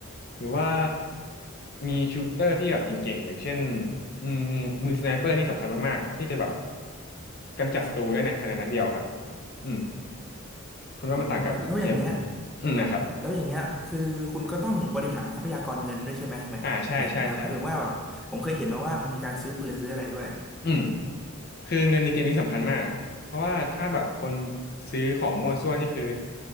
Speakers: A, on the left; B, in the centre.
A: หรือว่ามีชูตเตอร์ที่แบบเก่งๆอย่างเช่นอืมมือสไนเปอร์นี่สำคัญมากๆที่จะแบบกำจัดศัตรูได้ในภายในนัดเดียวครับอืมคุณว่ามันต่างกับเกมคุณยังไงอืมนะครับ
B: อ๋อแล้วอย่างเงี้ยแล้วอย่างเงี้ยคือคุณก็ต้องบริหารทรัพยากรเงินด้วยใช่ไหมหมายหมายหมายความว่าแบบผมเคยเห็นมาว่ามันมีการซื้อปืนซื้ออะไรด้วย
A: อ่าใช่ใช่ใช่อืมคือเงินในเกมนี้สำคัญมากเพราะว่าถ้าแบบคนซื้อของมั่วซั่วนี่คือ